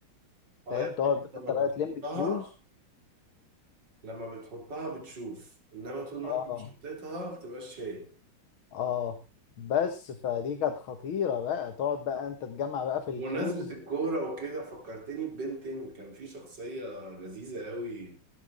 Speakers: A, on the right (about 55°); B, on the left (about 80°).
A: اه
B: فاهم
A: يعني
B: تقعد
A: انت
B: بقى
A: لما
B: انت بقى
A: بتحطها
B: تلم الكلوز
A: لما بتحطها بتشوف انما طول ما
B: اه
A: انت مش حطيتها ما بتبقاش شايف
B: اه بس فدي كانت خطيرة بقى تقعد بقى انت تجمع بقى في
A: بمناسبة
B: الكلوز
A: الكورة وكده فكرتني ببنتين كان في شخصية لذيذة قوي